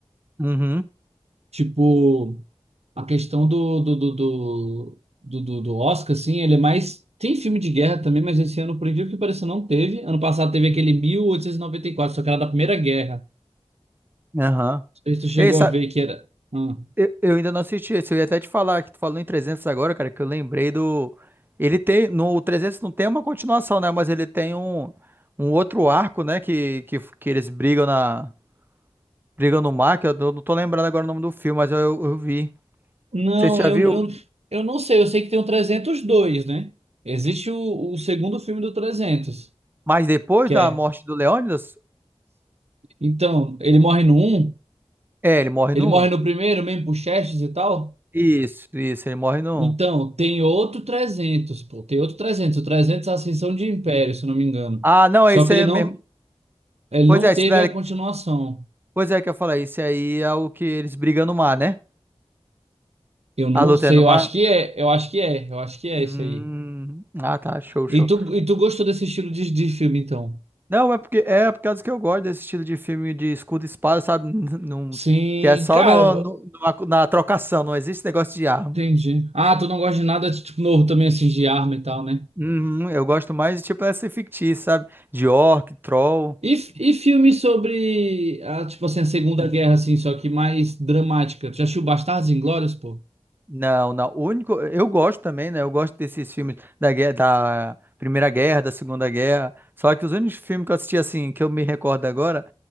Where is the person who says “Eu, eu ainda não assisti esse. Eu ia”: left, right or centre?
Right